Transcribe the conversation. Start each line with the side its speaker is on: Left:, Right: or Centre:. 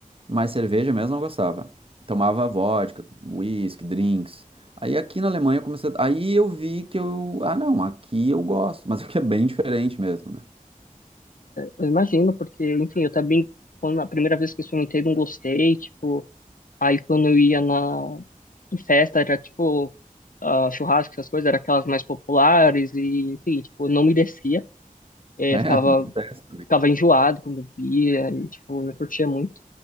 Right: Mas cerveja mesmo não gostava. Tomava vodka, whisky, drinks. Aí aqui na Alemanha eu comecei. a- Aí eu vi que eu. Ah, não, aqui eu gosto, mas <laughs> aqui é bem diferente mesmo, né?
Left: eu imagino, porque, enfim, eu também, quando a primeira vez que experimentei, não gostei, tipo, Aí quando eu ia na em festa, era tipo ah, churrasco, essas coisas, era aquelas mais populares e, enfim, tipo, não me descia.
Right: <laughs>
Left: Eh,
Right: É,
Left: ficava,
Right: não. acontece.
Left: ficava enjoado quando bebia e, tipo, não curtia muito.